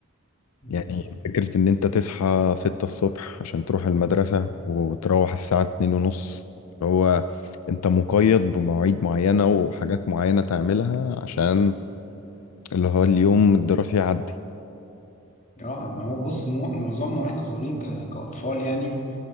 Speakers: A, on the left; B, on the left.
A: مم،
B: يعني
A: صح
B: فكرة ان انت تصحى ستة الصبح عشان تروح المدرسة وتروح الساعة اتنين ونص اللي هو انت مقيد بمواعيد معينة وحاجات معينة تعملها عشان اللي هو اليوم الدراسي يعدي
A: اه ما هو بص مو- معظمنا واحنا صغيرين ك... كأطفال يعني